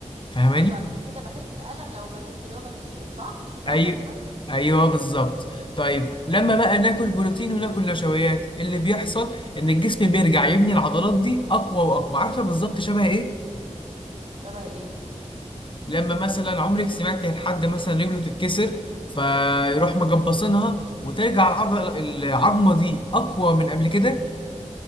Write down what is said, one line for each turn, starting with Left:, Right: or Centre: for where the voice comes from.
Left: فاهماني
Right: ايوه عشان كده بحس بألم لو مارست رياضه كتير صح مش انت
Left: ايوه
Right: قصدك كده
Left: ايوه بالظبط طيب لما بقى ناكل بروتين وناكل نشويات اللي بيحصل ان الجسم بيرجع يبني العضلات دي اقوى واقوى عارفه بالظبط شبه ايه
Right: شبه ايه
Left: لما مثلا عمرك سمعت عن حد مثلا رجله تتكسر فيروح مجبصينها وترجع العضله العظمه دي اقوى من قبل كده